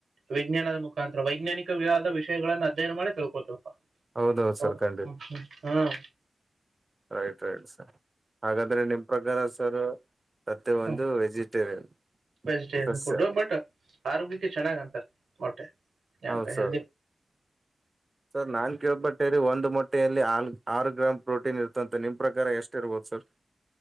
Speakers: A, on the right; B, on the right.
A: ವಿಜ್ಞಾನದ ಮುಖಾಂತರ ವೈಜ್ಞಾನಿಕವಾದ ವಿಷಯಗಳನ್ನು ಅಧ್ಯಯನ ಮಾಡಿ ತಿಳ್ಕೊತಿವಪ್ಪ
B: ಹೌದೌದು
A: ಹೌದ
B: ಸರ್ ಖಂಡಿತ
A: ಹಹ ಹ್ಮ್
B: ರೈಟ್ ರೈಟ್ ಸರ್ ಹಾಗಾದ್ರೆ ನಿಮ್ ಪ್ರಕಾರ ಸರ್ ತತ್ತೆ
A: ಹ
B: ಒಂದು ವೆಜಿಟೇರಿಯನ್
A: ವೆಜಿಟೇರಿಯನ್
B: ಸಸ್ಯ
A: ಫುಡ್ ಬಟ್ ಆರೋಗ್ಯಕ್ಕೆ ಚೆನ್ನಾಗ್ ಅಂತಾರೆ ಮೊಟ್ಟೆ ನನ್ಪ
B: ಹೌದು ಸರ್
A: ಹೆಲ್.
B: ಸರ್ ನಾನ್ ಕೇಳಪಟ್ಟೇರಿ ಒಂದು ಮೊಟ್ಟೆಯಲ್ಲಿ ಆಲ್ ಆರು ಗ್ರಾಮ್ ಪ್ರೋಟೀನ್ ಇರ್. ಂತ ನಿಮ ಪ್ರಕಾರ ಎಷ್ಟು ಇರ್ಬೋದು ಸರ್.